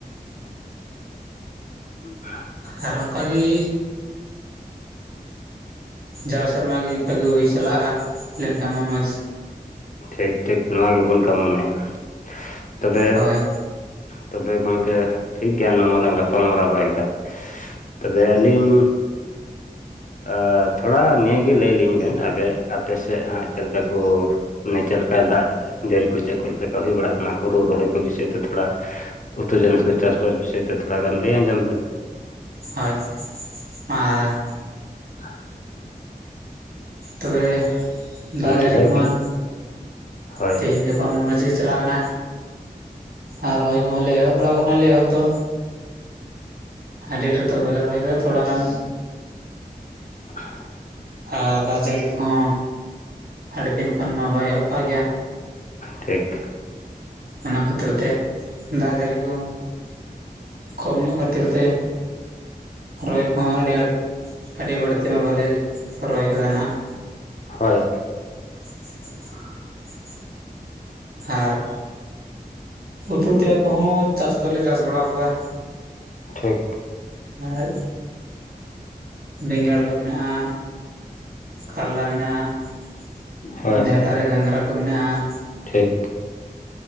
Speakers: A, on the left; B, on the right.
A: <inaudible>
B: ᱟᱨ ᱚᱱᱠᱟᱜᱤ᱾ ᱡᱟᱣ ᱥᱮᱨᱢᱟ ᱜᱤ ᱚᱱᱠᱟᱜᱤ ᱦᱩᱭ ᱪᱟᱞᱟᱜᱼᱟ᱾ ᱞᱮᱱᱠᱷᱟᱱ ᱢᱟ ᱢᱚᱡᱽ᱾
A: ᱴᱷᱤᱠ ᱴᱷᱤᱠ ᱱᱚᱣᱟ ᱜᱮᱵᱚᱱ ᱠᱟᱢᱚᱱᱮᱭᱟ᱾ ᱛᱚᱵᱮ,
B: ᱦᱳᱭ
A: ᱛᱚᱵᱮ ᱜᱚᱝᱠᱮ ᱴᱷᱤᱠ ᱜᱮᱭᱟ ᱱᱚᱣᱟ ᱢᱟᱞᱟᱝ ᱜᱟᱯᱟᱞ ᱢᱟᱨᱟᱣ ᱵᱟᱲᱟ ᱠᱮᱫᱟ᱾ ᱛᱚᱵᱮ ᱟᱹᱞᱤᱧ, ᱟ ᱛᱷᱚᱲᱟ ᱱᱤᱭᱟᱹᱜᱮ ᱞᱟᱹᱭᱞᱤᱧ ᱵᱮᱱ, ᱟᱵᱮ ᱟᱯᱮᱥᱮᱫ ᱦᱟᱸᱜ ᱪᱮᱫ ᱞᱮᱠᱟ ᱠᱚ, ᱢᱟᱱᱮ ᱪᱮᱫ ᱞᱮᱠᱟ ᱫᱟᱜ ᱡᱟᱹᱲᱤ ᱠᱚ ᱪᱮᱫ ᱪᱮᱫ ᱞᱮᱠᱟ ᱦᱩᱭ ᱵᱟᱲᱟᱜ ᱠᱟᱱᱟ ᱦᱩᱲᱩ ᱨᱚᱦᱚᱭ ᱠᱚ ᱵᱤᱥᱚᱭ ᱛᱮ ᱛᱷᱚᱲᱟ ᱾ ᱩᱛᱩ ᱡᱤᱱᱤᱥ ᱠᱚ ᱪᱟᱥ ᱵᱟᱥ ᱵᱤᱥᱚᱭ ᱛᱮ ᱛᱷᱚᱲᱟ ᱜᱟᱱ ᱞᱟᱹᱭ ᱟᱡᱚᱢ ᱵᱮᱱ᱾
B: ᱦᱳᱭ, ᱟᱻ
A: <inaudible>
B: ᱛᱚᱵᱮ,
A: ᱦᱩᱸ
B: ᱫᱟᱜ ᱡᱟᱹᱲᱤ
A: ᱞᱟᱹᱭ
B: ᱠᱷᱚᱱ
A: ᱵᱮᱱ ᱦᱳᱭ
B: ᱛᱮᱦᱮᱧ ᱜᱟᱯᱟ ᱢᱟ ᱢᱚᱡᱽ ᱜᱮ ᱪᱟᱞᱟᱜ ᱠᱟᱱᱟ᱾ ᱟᱨ ᱨᱚᱦᱚᱭ ᱠᱚᱦᱚᱸ ᱞᱮ ᱮᱦᱚᱵ, ᱵᱟᱲᱟᱣ ᱠᱟᱱᱟᱞᱮ ᱮᱦᱚᱵ ᱫᱚ, ᱨᱮᱴ ᱨᱮᱫᱚ ᱵᱟᱞᱮ ᱨᱚᱦᱚᱭ ᱟᱠᱟᱫᱟ ᱛᱷᱚᱲᱟ ᱜᱟᱱ,
A: <inaudible>
B: ᱟᱨ ᱫᱟᱜ ᱡᱟᱹᱲᱤ ᱠᱚᱦᱚᱸ ᱟᱹᱰᱤ ᱫᱤᱱ ᱠᱷᱚᱱ ᱢᱟ ᱵᱟᱭ ᱮᱦᱚᱵ ᱠᱟᱜ ᱜᱮᱭᱟ ᱾
A: ᱴᱷᱤᱠ,
B: ᱚᱱᱟ ᱠᱷᱟᱹᱛᱤᱨ ᱛᱮ ᱫᱟᱜ ᱡᱟᱹᱲᱤ ᱠᱚ, ᱠᱚᱢ ᱧᱚᱜ ᱠᱷᱟᱹᱛᱤᱨ ᱛᱮ ᱨᱚᱦᱚᱭ ᱠᱚᱦᱚᱸ ᱟᱹᱰᱤ ᱟᱴ ᱟᱹᱰᱤ ᱵᱟᱹᱲᱛᱤ ᱢᱟ ᱵᱟᱞᱮ ᱨᱚᱦᱚᱭ ᱠᱟᱫᱟ ᱱᱟᱦᱟᱜ,
A: ᱦᱳᱭ
B: <inaudible> ᱟᱨ ᱩᱛᱩ ᱛᱮᱫ ᱠᱚᱦᱚᱸ ᱪᱟᱥ ᱫᱚᱞᱮ ᱪᱟᱥ ᱵᱟᱲᱟᱣ, ᱠᱟᱫᱟ
A: ᱴᱷᱤᱠ
B: ᱱᱚᱜᱼᱚᱭ, ᱵᱮᱸᱜᱟᱲ ᱠᱚ ᱢᱮᱱᱟᱜᱼᱟ ᱠᱟᱨᱞᱟ ᱢᱮᱱᱟᱜᱼᱟ ᱾
A: ᱦᱳᱭ
B: ᱡᱷᱟᱴᱟ ᱨᱮ ᱜᱷᱟᱸᱜᱽᱨᱟ ᱠᱚ ᱢᱮᱱᱟᱜᱼᱟ ᱾
A: ᱴᱷᱤᱠ